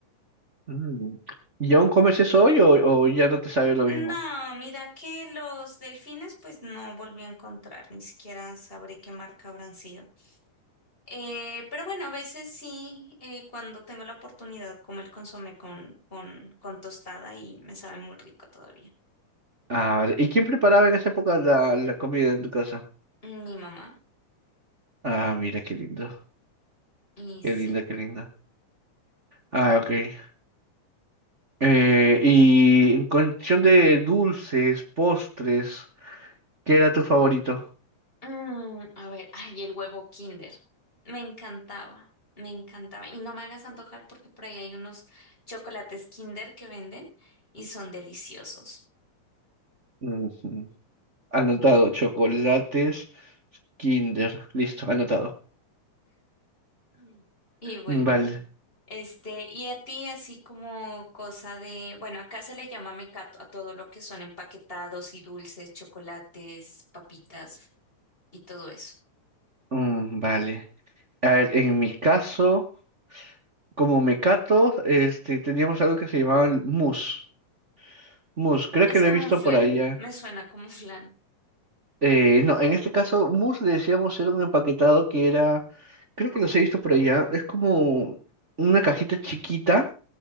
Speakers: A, on the right (about 40°); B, on the left (about 15°).
A: mm. ¿Y aún comes eso hoy o, o ya no te sabe lo
B: No,
A: mismo?
B: mira que los delfines pues no volví a encontrar, ni siquiera sabré qué marca habrán sido. Eh, pero bueno, a veces sí, eh, cuando tengo la oportunidad, como el consomé con, con, con tostada y me sabe muy rico todavía.
A: Ah, vale. ¿Y quién preparaba en esa época la, la comida en tu casa?
B: Mi mamá,
A: Ah, mira, qué lindo,
B: y sí.
A: qué lindo, qué lindo. Ah, ok. Eh, y en cuestión de dulces, postres, ¿qué era tu favorito?
B: Mm, a ver, ay, el huevo Kinder. Me encantaba, me encantaba. Y no me hagas antojar porque por ahí hay unos chocolates Kinder que venden y son deliciosos.
A: Ujú. Anotado, chocolates, Kinder. Listo, anotado.
B: Mm. Y bueno.
A: Mm, Vale.
B: Este, y a ti así como cosa de, bueno, acá se le llama mecato a todo lo que son empaquetados y dulces, chocolates, papitas y todo eso.
A: Mm, vale. A ver, en mi caso, como mecato, este, teníamos algo que se llamaba el mousse. Mousse, creo
B: Es
A: que lo
B: como
A: he visto
B: un flan,
A: por allá.
B: me suena como flan.
A: Eh, no, en este caso, mousse le decíamos era un empaquetado que era, creo que los he visto por allá, es como una cajita chiquita